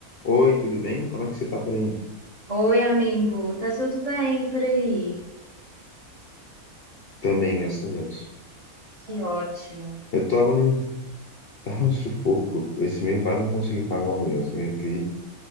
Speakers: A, on the left (about 45°); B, on the right (about 25°).
A: Oi, tudo bem? Como é que você tá por aí?
B: Oi, amigo, tá tudo bem por aí?
A: Também, graças a Deus.
B: Que ótimo.
A: Eu tava num, <laughs> tava num sufoco. Esse mês eu quase não consegui pagar o aluguel, você acredita?